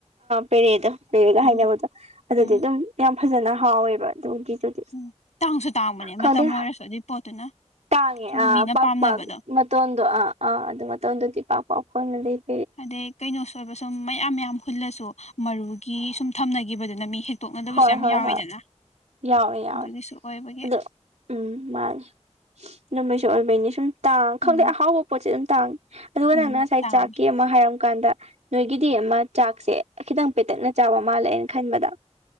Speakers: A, on the right (about 70°); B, on the left (about 70°).
A: ꯄꯦꯔꯦꯗ ꯂꯩꯔꯒ
B: ꯎꯝ
A: ꯍꯥꯏꯅꯕꯗꯣ ꯑꯗꯨꯗꯤ
B: ꯎꯝ
A: ꯑꯗꯨꯝ ꯌꯥꯝ ꯐꯖꯅ ꯍꯥꯎꯋꯦꯕ ꯑꯗꯨꯒꯤꯗꯨꯗꯤ
B: ꯎꯝ ꯇꯥꯡꯁꯨ ꯇꯥꯡꯕꯅꯦ
A: ꯈꯪꯗꯦ
B: ꯃꯇꯝ ꯑꯣꯏꯔꯁꯨ ꯑꯗꯨꯏ ꯄꯣꯠꯇꯨꯅ
A: ꯇꯥꯡꯉꯦ
B: ꯁꯨꯝ
A: ꯑꯥ
B: ꯃꯤꯅ
A: ꯄꯥꯛꯄꯥꯛꯥꯛ
B: ꯄꯥꯝꯅꯕꯗꯣ
A: ꯃꯇꯣꯟꯗꯣ ꯑꯥ ꯑꯥ ꯑꯗꯨ ꯃꯇꯣꯟꯗꯨꯗꯤ ꯄꯥꯛ ꯄꯥꯛ ꯐꯣꯟꯅ ꯂꯩꯇꯦ
B: ꯑꯗꯩ ꯀꯩꯅꯣꯁꯨ ꯑꯣꯏꯕ ꯁꯨꯝ ꯃꯌꯥꯝ ꯃꯌꯥꯝ ꯍꯨꯜꯂꯁꯨ ꯃꯔꯨꯒꯤ ꯁꯨꯝ ꯊꯝꯅꯈꯤꯕꯗꯨꯅ ꯃꯤ ꯍ ꯇꯣꯛꯅꯗꯕꯁꯨ
A: ꯍꯣꯏ
B: ꯌꯥꯝ
A: ꯍꯣꯏ
B: ꯌꯥꯎꯋꯤꯗꯅ
A: ꯍꯣꯏ ꯌꯥꯎꯋꯦ ꯌꯥꯎꯋꯦ
B: ꯑꯗꯨꯒꯤꯁꯨ ꯑꯣꯏꯕꯒꯤ
A: ꯑꯗꯣ ꯎꯝ ꯃꯥꯂ ꯅꯃꯩꯁꯨ ꯑꯣꯏꯕꯩꯅꯤ ꯁꯨꯝ ꯇꯥꯡ
B: ꯎꯝ
A: ꯈꯪꯗꯦ ꯑꯍꯥꯎꯕ ꯄꯣꯠꯁꯦ ꯑꯗꯨꯝ ꯇꯥꯡꯉ ꯑꯗꯨꯒ
B: ꯎꯝ
A: ꯅꯪꯅ ꯉꯁꯥꯏ
B: ꯇꯥꯡꯉꯦ
A: ꯆꯥꯛꯀꯤ ꯑꯃ ꯍꯥꯏꯔ ꯀꯥꯟꯗ ꯅꯣꯏꯒꯤꯗꯤ ꯑꯃ ꯆꯥꯛꯁꯦ ꯈꯤꯇꯪ ꯄꯦꯇꯛꯅ ꯆꯥꯕ ꯃꯥꯜꯂꯦꯅ ꯈꯟꯕꯗ